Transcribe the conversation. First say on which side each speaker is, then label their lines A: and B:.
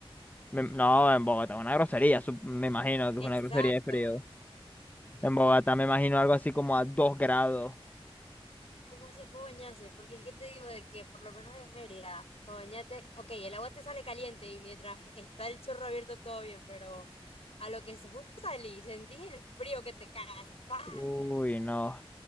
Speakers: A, on the left (about 15°); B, on the left (about 80°).
A: Me- no, en Bogotá, es una grosería, sup- me imagino que
B: Exacto.
A: es una grosería de frío.
B: Sí,
A: En
B: sí.
A: Bogotá me imagino algo así como a 2 grados.
B: ¿Cómo hacían para bañarse? Porque es que te digo de que por lo menos en Mérida, para bañarte, ok, el agua te sale caliente y mientras está el chorro abierto todo bien, pero a lo que se justo salí, sentís el frío que te cae así, ¡pa!
A: Uy, no.